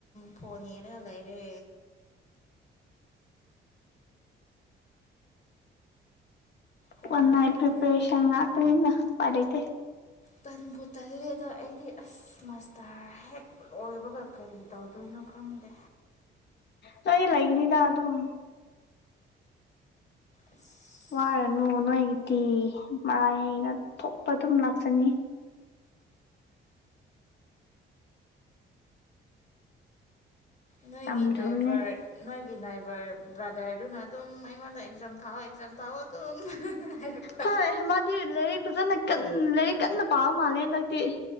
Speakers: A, on the left; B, on the left.
A: ꯐꯣꯟ ꯌꯦꯡꯉꯒ ꯂꯩꯔꯦ ꯇꯟꯕꯨ
B: ꯋꯥꯟꯅꯥꯏꯠ
A: ꯇꯜꯂꯦꯗ
B: ꯄꯤꯄꯔꯦꯁꯟ ꯉꯥꯛꯇꯅꯤꯗ ꯎꯄꯥꯢ ꯂꯩꯇꯦ
A: ꯇꯟꯕꯨ ꯇꯜꯂꯦꯗ ꯑꯩꯗꯤ ꯑꯁ ꯃꯁꯇꯥꯔ ꯍꯦꯛ ꯂꯣꯏꯕꯒ ꯀꯔꯤ ꯇꯧꯗꯣꯏꯅꯣ ꯈꯪꯗꯦ
B: ꯅꯪꯗꯤ ꯂꯩꯒꯅꯤꯗ ꯑꯗꯨꯝ
A: ꯑꯁ
B: ꯋꯥꯔꯅꯨ
A: ꯑꯣꯔ
B: ꯅꯣꯏꯒꯤꯗꯤ ꯃꯔꯥꯏꯅ ꯊꯣꯛꯄ ꯑꯗꯨꯝ ꯂꯥꯛꯆꯅꯤ
A: ꯅꯣꯏꯒꯤ
B: ꯆꯝꯗ꯭ꯔꯨꯝꯅꯦ
A: ꯅꯥꯏꯕꯔ ꯅꯣꯏꯒꯤ ꯅꯥꯏꯕꯔ ꯕ꯭ꯔꯗꯔꯗꯨꯅ ꯑꯗꯨꯝ ꯑꯩꯉꯣꯟꯗ ꯑꯦꯛꯖꯥꯝ ꯊꯥꯎꯋꯣ ꯑꯦꯛꯖꯥꯝ ꯊꯥꯎꯋꯣ ꯑꯗꯨꯝ <unintelligible> ꯍꯥꯏꯔꯛꯐ
B: ꯍꯣꯏ
A: ꯫
B: ꯃꯥꯗꯤ ꯂꯥꯏꯔꯤꯛ ꯐꯖꯅ ꯀꯟ ꯂꯥꯏꯔꯤꯛ ꯀꯟꯅ ꯄꯥꯕ ꯃꯥꯜꯂꯦ ꯍꯟꯗꯛꯇꯤ ꯫